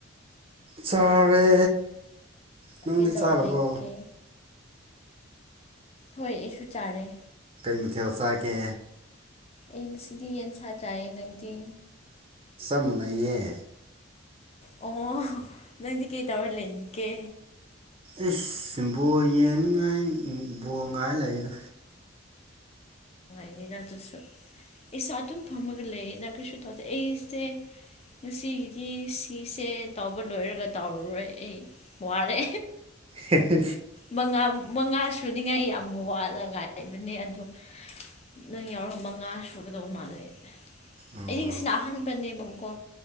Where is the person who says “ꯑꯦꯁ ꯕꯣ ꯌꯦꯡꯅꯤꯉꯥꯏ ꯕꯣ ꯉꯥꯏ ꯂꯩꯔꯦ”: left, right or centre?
Right